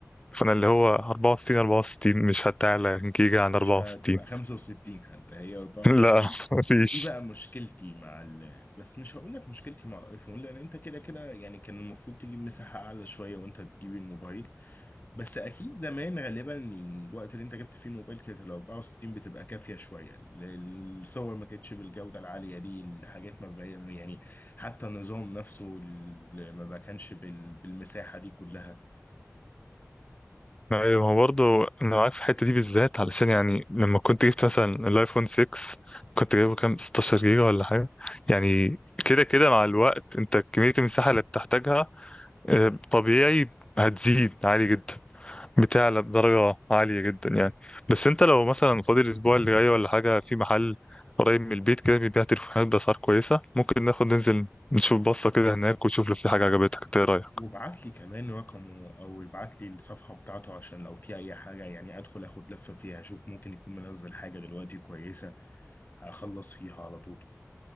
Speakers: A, on the left (about 20°); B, on the left (about 35°).
A: فانا اللي هو 64 64 مش هتعلى جيجا عن 64
B: مش هتبقى 65 حتى هي 64
A: <laughs> لا مفيش
B: دي بقى مشكلتي مع ال... بس مش هقول لك مشكلتي مع الايفون لان انت كده كده يعني كان المفروض تجيب مساحة اعلى شوية وانت بتجيب الموبايل بس اكيد زمان غالبا الوقت اللي انت جبت فيه الموبايل كانت ال 64 بتبقى كافيه شويه ال- الصور ما كانتش بالجوده العاليه دي الحاجات ما بقى يعني حتى النظام نفسه ال- ما بقى كانش بال- بالمساحه دي كلها
A: ايوه ما هو برضه انا معاك في الحته دي بالذات علشان يعني لما كنت جبت مثلا الايفون 6 كنت جايبه كام 16 جيجا ولا حاجه يعني كده كده مع الوقت انت كميه المساحه اللي بتحتاجها آه، طبيعي هتزيد عالي جدا بتعلى بدرجه عاليه جدا يعني بس انت لو مثلا فاضي الاسبوع اللي جاي ولا حاجه في محل قريب من البيت كده بيبيع تليفونات باسعار كويسه ممكن ناخد ننزل نشوف بصه كده هناك ونشوف لو في حاجه عجبتك إنت ايه رايك
B: وابعت لي كمان رقمه او ابعت لي الصفحه بتاعته عشان لو في اي حاجه يعني ادخل اخد لفه فيها اشوف ممكن يكون منزل حاجه دلوقتي كويسه اخلص فيها على طول